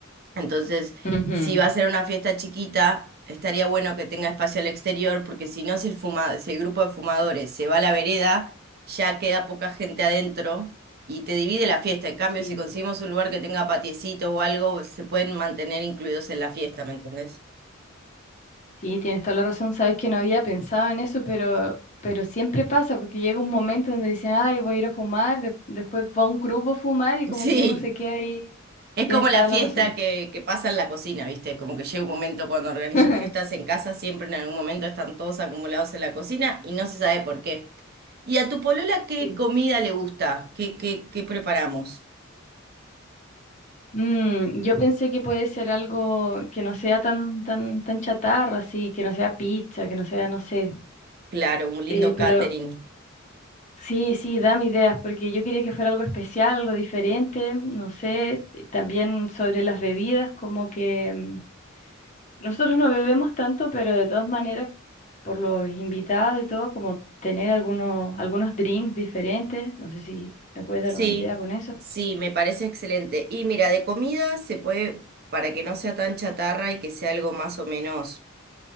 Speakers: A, on the right (about 50°); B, on the left (about 35°).
A: entonces,
B: Ujú, ujú.
A: si va a ser una fiesta chiquita, estaría bueno que tenga espacio al exterior, porque si no, si el fuma- si el grupo de fumadores se va a la vereda, ya queda poca gente adentro y te divide la fiesta. En cambio,
B: Sí,
A: si conseguimos un lugar que tenga patiecito o algo, se pueden mantener incluidos en la fiesta, ¿me entendés?
B: sí, tienes toda la razón, sabes que no había pensado en eso, pero, pero siempre pasa, porque llega un momento donde dicen, ay, voy a ir a fumar, de- después va un grupo a fumar y como
A: Sí.
B: que uno se queda ahí.
A: Es
B: Tienes
A: como la
B: toda
A: fiesta
B: la razón.
A: que, que pasa en la cocina, ¿viste? Como que llega un momento cuando organizo
B: <laughs>
A: fiestas en casa, siempre en algún momento están todos acumulados en la cocina y no se sabe por qué. ¿Y a tu polola qué
B: Sí.
A: comida le gusta? ¿Qué, qué, qué preparamos?
B: Mm, yo pensé que puede ser algo que no sea tan, tan, tan chatarra, así, que no sea pizza, que no sea, no sé.
A: Claro, un lindo
B: Eh,
A: catering.
B: pero sí, sí, dame ideas, porque yo quería que fuera algo especial, algo diferente, no sé. eh, También sobre las bebidas, como que mm, nosotros no bebemos tanto, pero de todas maneras, por los invitados y todo, como tener algunos, algunos drinks diferentes. No sé si me puedes
A: Sí,
B: dar una idea con eso.
A: sí, me parece excelente. Y mira, de comida se puede, para que no sea tan chatarra y que sea algo más o menos